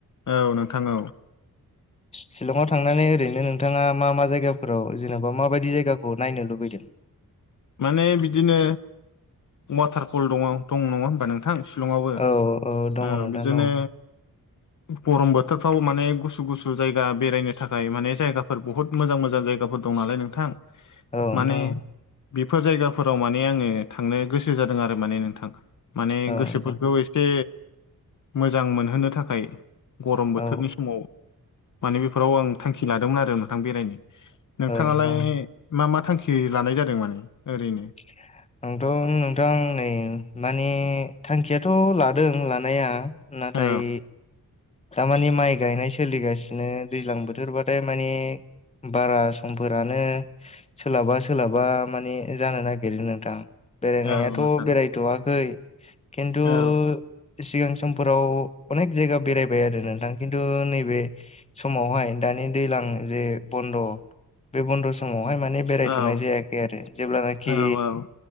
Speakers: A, on the left (about 60°); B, on the left (about 20°).
A: औ नोंथां औ
B: शिलंआव थांनानै ओरैनो नोंथाङा मा मा जायगाफोराव जेनबा माबादि जायगाखौ नायनो लुबैदों
A: माने बिदिनो वाटारफल दङ दं नङा होनोमबा नोंथां शिलंआवबो
B: औ औ दङ
A: ओ
B: नोंथां
A: बिदिनो
B: दङ
A: गरम बोथोरफ्राव माने गुसु गुसु जायगा बेरायनो थाखाय माने जायगा बेफोर बहुत मोजां मोजां जायगाफोर दं नालाय नोंथां
B: औ नोंथां
A: माने
B: औ
A: बेफोर जायगाफोराव माने आंओ थांनो गोसो जादों आरो माने नोंथां माने
B: औ
A: गोसोफोरखौ
B: नोंथां
A: एसे जे मोजां मोनहोनो थाखाय गरम बोथोरनि
B: औ
A: समाव माने बेफोराव आं थांखि लादोंमोन आरो नोंथां बेरायनो नोंथाङालाय
B: औ नोंथां
A: मा मा थांखि लानाय जादों माने ओरैनो
B: ? आंथ नोंथां नै मानि थांखियाथ लादों लानाया नाथाय
A: औ
B: थारमानि माइ गायनाय सोलिगासिनो दैज्लां बोथोरबाथाय माने बारा समफोरानो सोलाबा सोलाबा माने जानो नागिरो नोंथां बेरायनायाथ
A: औ नोंथां
B: बेरायथवाखै खिन्थु
A: औ
B: सिगां समफोराव अनेक जायगा बेरायबाय आरो नोंथां खिन्थु नैबे समावहाय दानि दैज्लां जे बन्द बे बन्द समावहाय माने बेरायथनाय
A: औ
B: जायाखै आरो जेब्लानाखि
A: औ औ